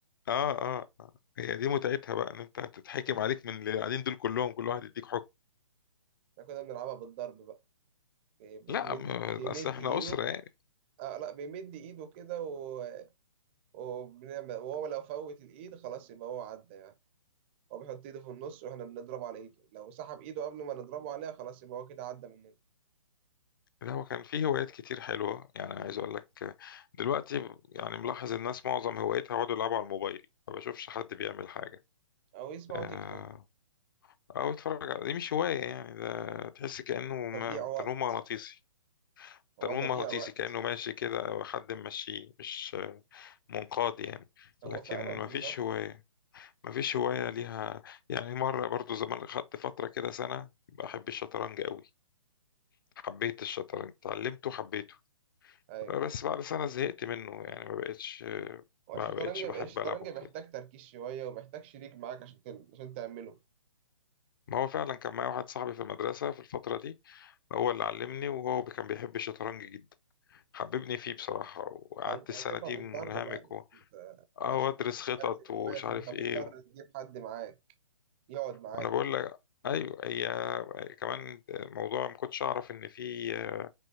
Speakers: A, on the left; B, on the right.
A: اه اه آه. هي دي متعتها بقى ان انت هتتحكم
B: <laughs> احنا
A: عليك من اللي قاعدين دول كلهم كل واحد يديك حكم
B: كنا بنلعبها بالضرب بقى بي- بيتمد
A: لا م-
B: بيمد
A: اصل احنا
B: ايده
A: أسرة يعني
B: اه لا بيمد ايده كده و... وبنعمل وهو لو فوت الايد خلاص يبقى هو عدى يعني هو بيحط ايده في النص واحنا بنضربه على ايده لو سحب ايده قبل ما نضربه عليها خلاص يبقى هو كده عدى مننا
A: لا هو كان فيه هوايات كتير حلوة يعني عايز أقول لك دلوقتي يعني ملاحظ الناس معظم هوايتها يقعدوا يلعبوا على الموبايل ما بشوفش حد بيعمل حاجة
B: او يسمعوا
A: آه،
B: تيك توك
A: أو يتفرج على دي مش هواية يعني ده تحس كأنه م-
B: تضييع وقت
A: تنويم مغناطيسي
B: هو
A: تنويم
B: تضييع
A: مغناطيسي
B: وقت
A: كأنه ماشي كده أو حد ممشيه مش آه، منقاد يعني
B: هو
A: لكن
B: فعلا
A: ما
B: بالظبط
A: فيش هواية ما فيش هواية ليها يعني مرة برضو زمان خدت فترة كده سنة بحب الشطرنج قوي حبيت الشطرنج اتعلمته حبيته
B: ايوه
A: بس بعد سنة زهقت منه يعني ما بقتش
B: هو
A: ما
B: الشطرنج
A: بقتش
B: الشطرنج
A: بحب ألعبه كتير
B: بيحتاج تركيز شوية وبيحتاج شريك معاك عشان تل... عشان تعمله
A: ما هو فعلا كان معايا واحد صاحبي في المدرسة في الفترة دي هو اللي علمني وهو كان بيحب الشطرنج جدا حببني فيه بصراحة وقعدت
B: فأنت
A: السنة
B: هتبقى
A: دي
B: مضطر
A: منهمك
B: بقى يعني
A: و...
B: أنت
A: اه
B: عشان
A: وأدرس خطط
B: تمارس الهواية
A: ومش عارف
B: فأنت مضطر
A: ايه
B: تجيب حد معاك يقعد معاك
A: وأنا بقول لك أيوة هي كمان موضوع ما كنتش أعرف إن في آه،